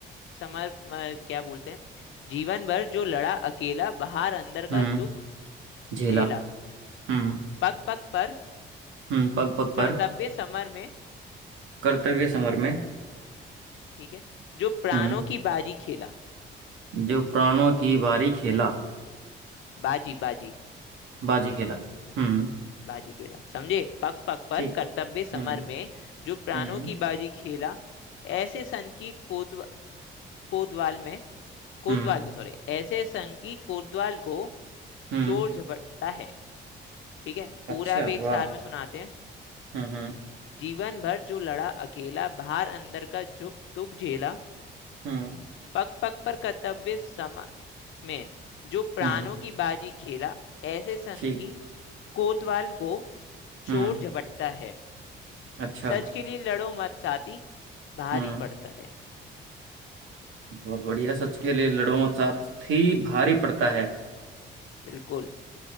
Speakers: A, on the left; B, on the right.
A: समर म- क्या बोलते हैं जीवन भर जो लड़ा अकेला बाहर अंदर
B: हम्म
A: का दुख
B: झेला
A: झेला
B: हम्म
A: पग पग पर
B: हम्म पग पग
A: कर्तव्य
B: पर
A: समर में
B: कर्तव्य समर में
A: ठीक है जो प्राणों
B: हम्म
A: की बाजी खेला
B: जो प्राणों की बारी खेला
A: बाजी बाजी
B: बाजी खेला हम्म
A: बाजी खेला समझे पग पग पर
B: ठीक
A: कर्तव्य समर
B: हम्म
A: में जो प्राणों
B: हम्म
A: की बाजी खेला ऐसे सन की कोतवा, कोतवाल में कोतवाल
B: हम्म
A: को सॉरी ऐसे सन की कोतवाल को
B: हम्म
A: चोर झपटता है ठीक है पूरा
B: अच्छा
A: भी एक
B: वाह
A: सार में सुनाते हैं
B: हम्म हम्म
A: जीवन भर जो लड़ा अकेला बाहर अंदर का जो दुख झेला
B: हम्म
A: पग पग पर कर्तव्य समर में जो प्राणों
B: हम्म
A: की बाजी खेला ऐसे सन
B: ठीक
A: की कोतवाल को चोर
B: हम्म
A: झपटता है
B: अच्छा
A: सच के लिए लड़ो मत साथी भारी
B: हम्म
A: पड़ता है
B: बहुत बढ़िया सच के लिए लड़ो मत साथ थी भारी पड़ता है
A: बिल्कुल